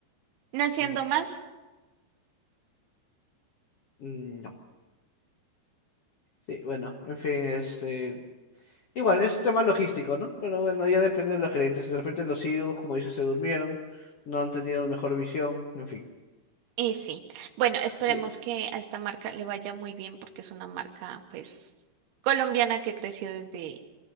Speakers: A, on the right; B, on the left.
A: no siendo
B: mm,
A: más,
B: mm, No. Sí, bueno, en fin, este. Igual, es tema logístico, ¿no? Pero bueno, ya depende de los gerentes. De repente los CEOs, como dices, se durmieron, no han tenido mejor visión, en fin.
A: y sí. Bueno, esperemos
B: Oye,
A: que a esta marca le vaya muy bien porque es una marca, pues, colombiana que creció desde,